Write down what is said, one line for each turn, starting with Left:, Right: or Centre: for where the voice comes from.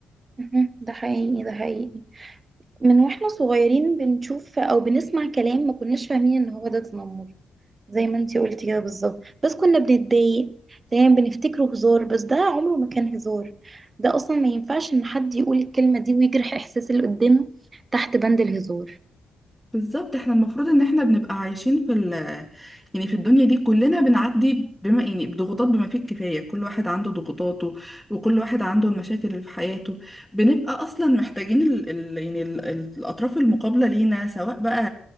Right: مهم. ده حقيقي ده حقيقي من واحنا صغيرين بنشوف او بنسمع كلام ما كناش فاهمين ان هو ده تنمر زي ما انتي قلتي كده بالظبط بس كنا بنتضايق دايما بنفتكره هزار بس ده عمره ما كان هزار ده اصلا ما ينفعش ان حد يقول الكلمة دي ويجرح احساس اللي قدامه تحت بند الهزار
Centre: بالظبط احنا المفروض ان احنا بنبقى عايشين في ال يعني في الدنيا دي كلنا بنعدي بما يعني بضغوطات بما فيه الكفاية كل واحد عنده ضغوطاته وكل واحد عنده المشاكل اللي في حياته بنبقى اصلا محتاجين ال ال يعني ال ال الاطراف المقابلة لينا سواء بقى